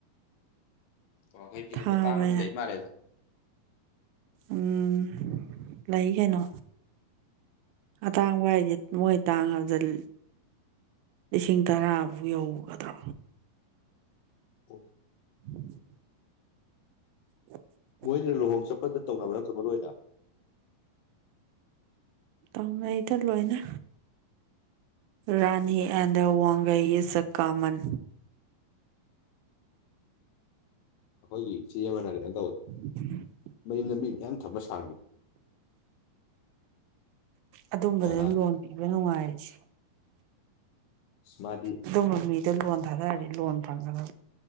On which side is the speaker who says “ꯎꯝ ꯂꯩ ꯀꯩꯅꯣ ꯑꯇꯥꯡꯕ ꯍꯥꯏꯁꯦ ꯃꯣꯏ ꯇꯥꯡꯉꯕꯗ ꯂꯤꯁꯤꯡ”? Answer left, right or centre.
Right